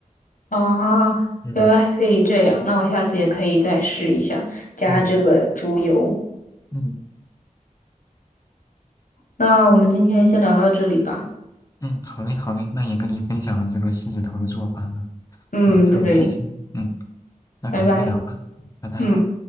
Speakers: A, on the left; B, on the left.
A: 啊，
B: 嗯
A: 原来还可以这样，那我下次也可以再试一下，加这个猪油。
B: 嗯嗯
A: 那我们今天先聊到这里吧。
B: 嗯，好嘞好嘞，那也跟你分享了这个狮子头的做法呢，
A: 嗯，
B: 嗯，也很开心，
A: 对，
B: 嗯，那改天再聊吧，
A: 拜拜。
B: 嗯拜拜。
A: 嗯。